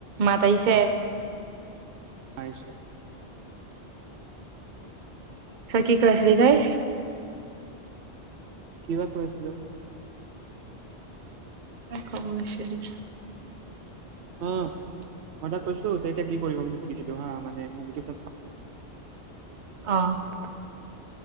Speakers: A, on the right; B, on the right.
A: মাত আহিছে।
B: আহিছে।
A: ঐ কি কৈ আছিলি তই?
B: কিবা কৈ আছিলোঁ।
A: এনে খবৰ লৈছোঁ খল <inaudible>
B: অ' মই তাক কৈছোঁ, তে এতিয়া কি কৰিবা বুলি সুধিছিলোঁ হা, মানে মুভিটো চব চা
A: অ'।
B: <inaudible>